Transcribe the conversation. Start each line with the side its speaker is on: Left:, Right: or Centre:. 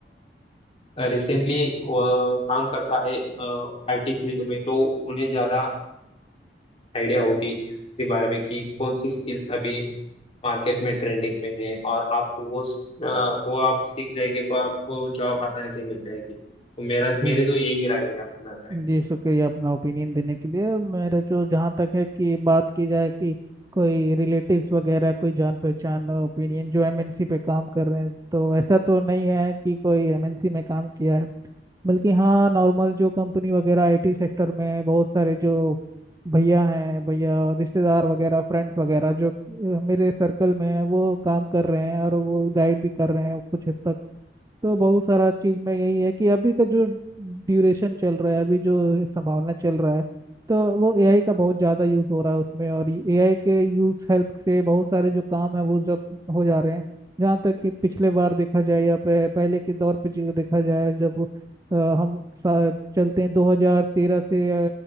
Left: रिसेंटली काम करता है आईटी फील्ड में तो उन्हें ज्यादा आइडिया होगी इसके बारे में कि कौन सी स्किल्स अभी मार्केट में ट्रेंडिंग में है और आप वो अ, वो आप सीख जाएंगे तो आपको जॉब आसानी से मिल जाएगी तो मेरा
Right: जी
Left: मेरी तो यही राय है आपके बारे में
Right: जी शुक्रिया अपना ओपिनियन देने के लिए मेरा जो जहाँ तक है कि बात की जाए कि कोई रिलेटिव्स वगैरह कोई जान पहचान ओपिनियन जो एमएनसी पे काम कर रहे हैं तो ऐसा तो नहीं है कि कोई एमएनसी में काम किया है बल्कि हाँ नॉर्मल जो कंपनी वगैरह आईटी सेक्टर में बहुत सारे जो भैया हैं भैया और रिश्तेदार वगैरह फ्रेंड्स वगैरह जो अ, मेरे सर्कल में है वो काम कर रहे हैं और वो गाइड भी कर रहे हैं कुछ हद तक तो बहुत सारा चीज में यही है कि अभी का जो ड्यूरेशन चल रहा है अभी जो संभावना चल रहा है तो वो एआई का बहुत ज़्यादा यूज़ हो रहा है उसमें और एआई के यूज़ हेल्प से बहुत सारे जो काम है वो जब हो जा रहे हैं जहाँ तक कि पिछले बार देखा जाए या पे- पहले के दौर पे चीज़ देखा जाए जब अ, हम सा- चलते हैं 2013 से